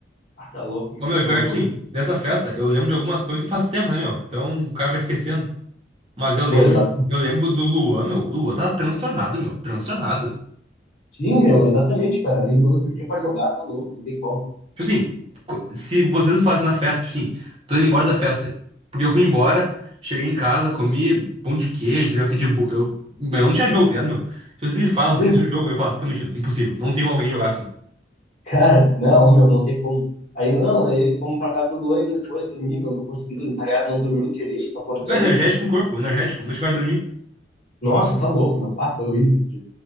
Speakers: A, on the left; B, on the right.
A: Ah, tá louco, meu.
B: Ô, meu,
A: Que
B: e pior,
A: loucura.
B: que, sim, dessa festa, eu lembro de algumas coisas que faz tempo, né, meu? Então o cara vai esquecendo. Mas eu lembro,
A: Pô, exato.
B: de- eu lembro do Luan, meu. O Luan tava transtornado, meu. Transtornado.
A: Sim, meu, exatamente, cara. Aí no outro dia pra jogar, tá louco, não tem como.
B: Tipo assim, co- se vocês não fazem na festa, tipo assim, tô indo embora da festa. Porque eu fui embora, cheguei em casa, comi pão de queijo, aqui de bo... eu, meu, eu não tinha jogo, tá ligado, meu? Se vocês me falam que
A: Sim,
B: vocês tinham jogo, eu falo, tô mentindo, impossível. Não tem como alguém jogar assim.
A: cara, não, meu, não tem como. Aí, não, aí fomos pra casa do Luan ainda depois dormir, meu, não consegui dormir, tá ligado? Não dormimos direito, acordamos.
B: Não, é energético no corpo, energético, não chegaram a dormir.
A: Nossa, tá louco, meu. Ah, foi horrível o dia.